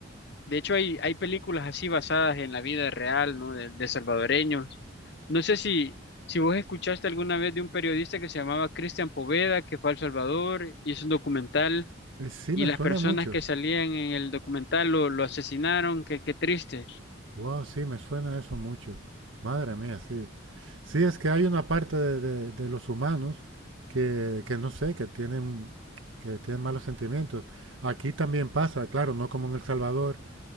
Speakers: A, on the left; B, on the right.
A: de hecho hay, hay películas así basadas en la vida real, ¿no? De, de salvadoreños. No sé si, si vos escuchaste alguna vez de un periodista que se llamaba Cristian Poveda, que fue a El Salvador, hizo un documental
B: Eh, Sí,
A: y
B: me
A: las
B: suena
A: personas
B: mucho.
A: que salían en el documental lo, lo asesinaron, qué, qué triste.
B: Wow, sí, me suena eso mucho. Madre mía, sí. Sí, es que hay una parte de, de- de los humanos que, que no sé, que tienen, que tienen malos sentimientos. Aquí también pasa, claro, no como en El Salvador,